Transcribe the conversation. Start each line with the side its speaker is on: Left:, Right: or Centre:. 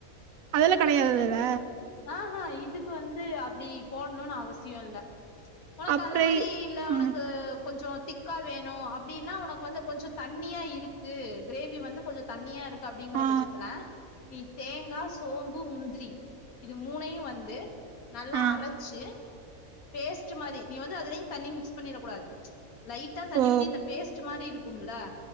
Right: அதெல்லா
Left: உங்களுக்கு
Right: கெடையாதுல்ல
Left: ஆஹ இதுக்கு வந்து அப்டி போடணுனு அவசியோ இல்ல உனக்கு
Right: அப்றோ
Left: அந்த மாரி இல்ல
Right: ம்
Left: உனக்கு கொஞ்சோ திக் க்கா வேணு அப்டின்னா உனக்கு வந்து கொஞ்ச தண்ணியா இருக்கு கிரேவி வந்து கொஞ்ச தண்ணியா இரு அப்டிங்கிற
Right: ஆ
Left: பட்சத்துல நீ தேங்கா சோம்பு முந்திரி இது மூணையு வந்து நல்லா
Right: ஆ
Left: அரைச்சு பேஸ்ட் மாரி நீ வந்து அதுலயு தண்ணி மிக்ஸ் பண்ணிடக் கூடாது லைட்டா தண்ணி
Right: ஓ
Left: ஊத்தி இந்த பேஸ்ட் மாரி இருக்கும்ல